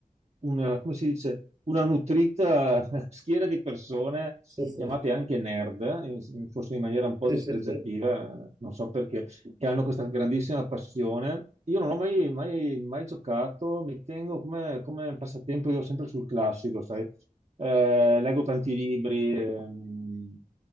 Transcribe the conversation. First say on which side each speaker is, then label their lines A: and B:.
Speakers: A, on the right; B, on the right.
A: una- come si dice, una nutrita <laughs> schiera di persone
B: Sì, sì,
A: chiamate anche nerd, in- in- forse in maniera un po'
B: sì,
A: dispregiativa,
B: sì, sì.
A: eh, non so perché, che hanno questa grandissima passione. Io non ho mai, mai- mai giocato, mi tengo come, come passatempo io sempre sul classico, sai? Eh, leggo tanti libri ehm,